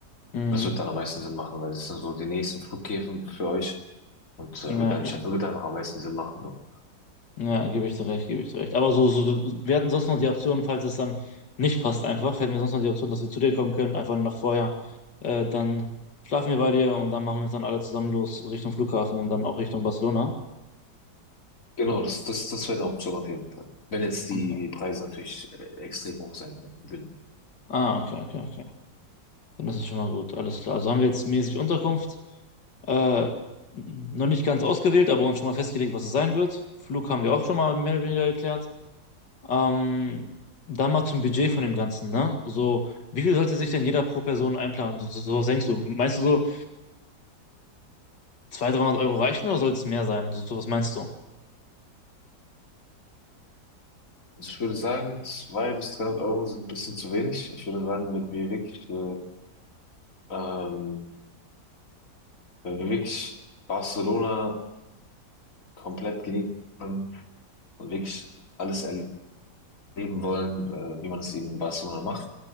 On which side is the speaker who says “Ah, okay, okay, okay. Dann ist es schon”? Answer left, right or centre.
Left